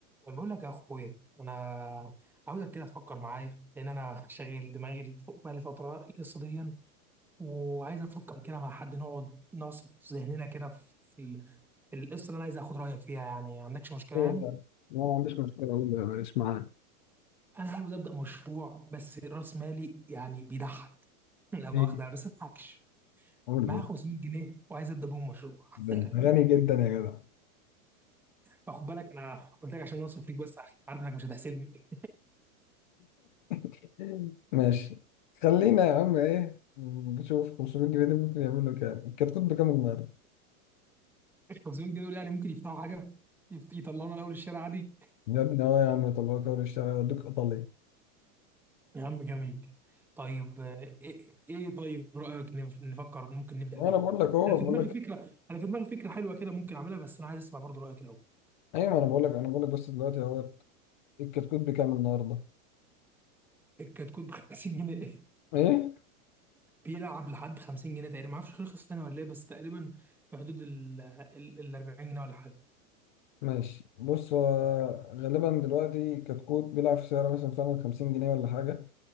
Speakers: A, in the centre; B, on the left (about 35°).
A: طب بقول لك يا اخويا انا عاوزك كده تفكر معايا لان انا <laughs> شاغل دماغي فوق بقالي فتره القصه دي وعايز افكر كده مع حد نقعد نعصف ذهننا كده في في ال- في القصه اللي انا عايز اخد رايك فيها يعني ما عندكش مشكله
B: إيه
A: يعني
B: ده؟ لا ما عنديش مشكلة أقول له ماليش معاه
A: انا عاوز ابدا مشروع بس راس مالي يعني بيضحك <laughs> لا مؤاخذه
B: إيه؟
A: أنا بس ما اضحكش
B: أقول
A: معايا
B: له
A: 500 جنيه وعايز ابدا بهم مشروع <laughs>
B: ده انت غني جدا يا جدع
A: فخد بالك انا قلت لك عشان اوصل فيك بس عشان عارف انك مش هتحسدني
B: <laughs> ماشي خلينا يا عم ايه نشوف 500 جنيه دي ممكن يعمل له كام الكتكوت بكام النهارده
A: 500 جنيه دول يعني ممكن يفتحوا حاجه يفت- يطلعونا لاول الشارع عادي
B: يا ابني اه يا عم يطلعوك اول يشتغل يودوك ايطاليا
A: يا عم جميل طيب آه، ايه إيه طيب رايك نف- نفكر ممكن نبدا
B: وانا
A: بيه
B: بقول لك اهو
A: انا
B: بقول
A: في دماغي
B: لك
A: فكره انا في دماغي فكره حلوه كده ممكن اعملها بس انا عايز اسمع برضو رايك الاول
B: ايوه ما انا بقول لك انا بقول لك بس دلوقتي اهو الكتكوت بكام النهارده
A: الكتكوت ب 50 جنيه
B: ايه
A: <laughs> بيلعب لحد 50 جنيه تقريبا ما اعرفش رخص تاني ولا ايه بس تقريبا في حدود ال ال- ال 40 جنيه ولا حاجه
B: ماشي بص هو غالبا دلوقتي الكتكوت بيلعب في سعر مثلا فعلا 50 جنيه ولا حاجه